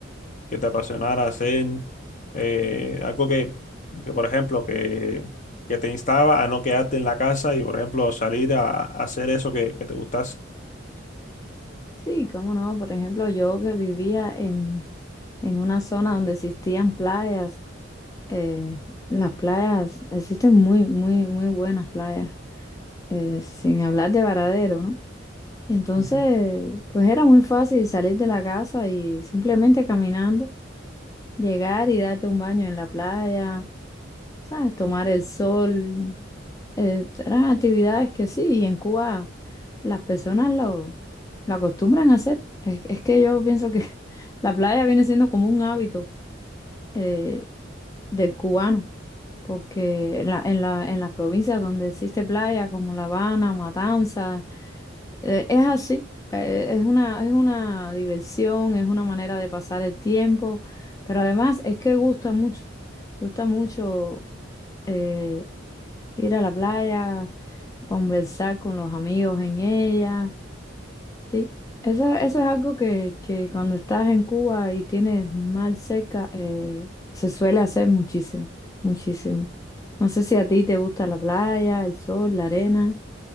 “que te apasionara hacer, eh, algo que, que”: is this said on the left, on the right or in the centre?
Left